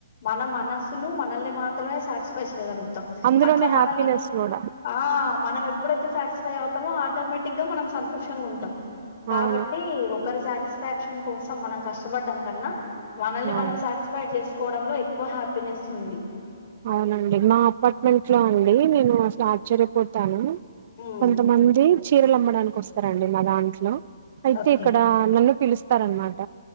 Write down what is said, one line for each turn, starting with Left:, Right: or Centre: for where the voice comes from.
Left: మన మనసును మనల్ని మాత్రమే సాటిస్ఫై చేయగలుగు తం
Right: అందులోనే
Left: అట్లా మనల్ని
Right: హ్యాపీనెస్ కూడా
Left: ఆ మనం ఎప్పుడైతే సాటిస్ఫై అవుతామో ఆటోమేటిక్ గా మనం సంతోషంగా ఉంటాం కాబట్టి
Right: అవును
Left: ఒకరు సాటిస్ఫై కోసం మనం కష్టపడడం కన్నా మనల్ని
Right: అవును
Left: మనం సాటిస్ఫై చేసుకోవడంలో ఎక్కువ హ్యాపీనెస్ ఉంది
Right: అవునండి మా అపార్ట్మెంట్ లో అండి నేను అసలు ఆశ్చర్యపోతాను
Left: ఉమ్
Right: కొంతమంది చీరలు అమ్మడానికి వస్తారండి మా దాంట్లో అయితే
Left: ఓకే
Right: ఇక్కడ నన్ను పిలుస్తార అనమాట